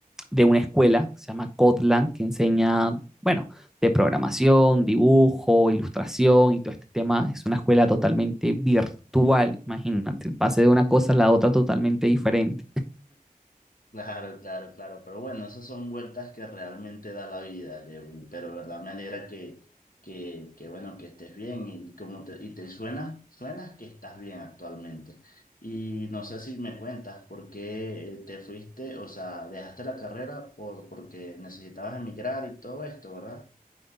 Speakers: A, in the centre; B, on the left.
A: de una escuela, que se llama Kotland, que enseña, bueno, de programación, dibujo, ilustración y todo este tema. Es una escuela totalmente virtual, imagínate, pase de una cosa a la otra totalmente diferente.
B: Claro, claro, claro. Pero bueno, esas son vueltas que realmente da la vida, Lewin. Pero verdad me alegra que, que, que bueno, que estés bien y como te, y te suena, suenas que estás bien actualmente. Y no sé si me cuentas por qué eh, te fuiste, o sea, dejaste la carrera por, porque necesitabas emigrar y todo esto, ¿verdad?